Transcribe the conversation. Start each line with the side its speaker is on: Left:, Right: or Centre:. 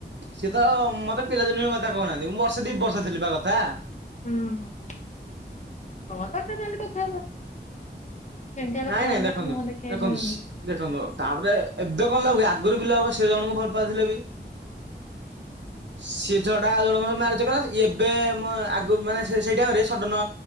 Right: ସିଏ ତ ମତେ ପିଲାଦିନ ହୁଁ କଥା କହୁନାହାନ୍ତି ମୁଁ ବର୍ଷେ ଦି ବର୍ଷ ବା କଥା।
Left: ହୁଁ ହୁଁ <unintelligible> କଥା ହବ। ସେମିତିଆ ଲୋକମାନଙ୍କ
Right: ନାଇଁ ନାଇଁ ଦେଖନ୍ତୁ
Left: ମୁହଁ ଦେଖିବା
Right: ଦେଖନ୍ତୁ
Left: ଭଲ
Right: ସି
Left: ନୁହେଁ।
Right: ଦେଖନ୍ତୁ ତାପରେ ଏବେ କଣ ଲାଗୁଚି ସେ ଆଗରୁ ସେ ଜଣଙ୍କୁ ଭଲ ପାଉଥିଲେ ବି। ସିଏ <unintelligible> ଦଦା ଆଉ ଜଣଙ୍କୁ ସହ ମାରେଜ୍ କଲା ଏବେ ମୁଁ ଆଗରୁ ମାନେ ସିଏ ସେ ଟାଇମ୍ ରେ ସଡନ୍‌